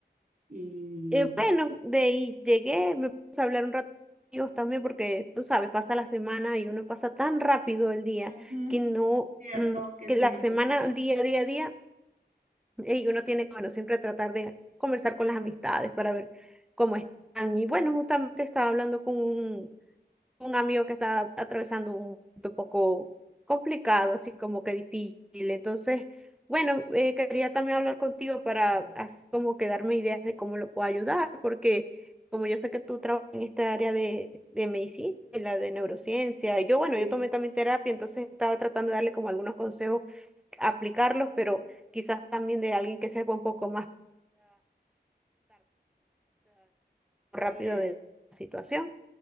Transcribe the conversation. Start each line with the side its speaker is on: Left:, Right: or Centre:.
Right: y...
Centre: Eh, bueno, de ahí llegué, me puse a hablar un rato con ellos también porque tú sabes, pasa la semana y uno pasa tan rápido el día
Right: Ujú,
Centre: que no,
Right: Cierto
Centre: <clears throat>
Right: que
Centre: que
Right: sí,
Centre: la
Right: es
Centre: semana,
Right: así.
Centre: el día, día, día, eh, y uno tiene que, bueno, siempre tratar de conversar con las amistades para ver cómo están. Y bueno, justamente estaba hablando con un, un amigo que está atravesando un momento un poco complicado, así como que difícil. Entonces, bueno, eh, quería también hablar contigo para así como que darme ideas de cómo lo puedo ayudar, porque como yo sé que tú trabajas en esta área de, de medicina, en la de neurociencia, y yo, bueno,
Right: Sí,
Centre: yo tomé también terapia, entonces estaba tratando de darle como algunos consejos, aplicarlos, pero quizás también de alguien que sepa un poco más rápido
Right: bien.
Centre: de la situación.